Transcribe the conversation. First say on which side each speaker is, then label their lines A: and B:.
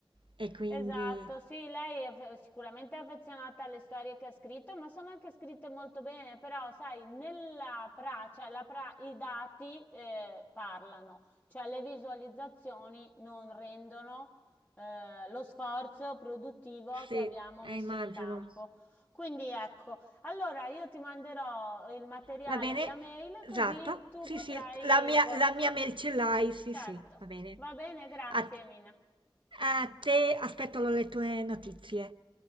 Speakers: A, on the right (about 65°); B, on the left (about 20°).
A: E quindi
B: Esatto, sì, lei è f- sicuramente affezionata alle storie che ha scritto, ma sono anche scritte molto bene, però sai, nella pra, cioè la pra- i dati eh, parlano, cioè le visualizzazioni non rendono eh, lo sforzo produttivo che
A: sì,
B: abbiamo
A: eh,
B: messo
A: immagino.
B: in campo. Quindi ecco, allora io ti manderò il materiale
A: Va bene,
B: via mail
A: esatto.
B: così tu
A: Sì,
B: potrai
A: sì, la mia,
B: poi...
A: la mia mail ce l'hai, sì,
B: Certo,
A: sì, va bene.
B: va bene, grazie
A: A,
B: Mina.
A: a te aspetto le tue notizie.